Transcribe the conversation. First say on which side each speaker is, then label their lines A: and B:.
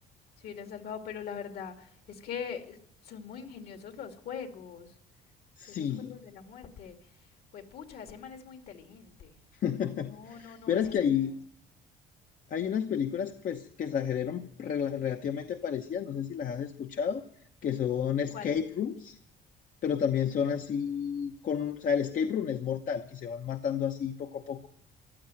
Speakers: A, on the left (about 70°); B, on the left (about 50°).
A: Se hubieran salvado, pero la verdad es que son muy ingeniosos los juegos,
B: Sí.
A: esos juegos de la muerte. Juepucha, ese man es muy inteligente.
B: <laughs>
A: No, no, no,
B: Verás
A: ese
B: que
A: asesino
B: ahí
A: es...
B: hay unas películas, pues, que se generan rela- relativamente parecidas, no sé si las has escuchado, que son Escape
A: ¿Cuál
B: Rooms. pero también son así con, o sea, el escape room es mortal, que se van matando así poco a poco.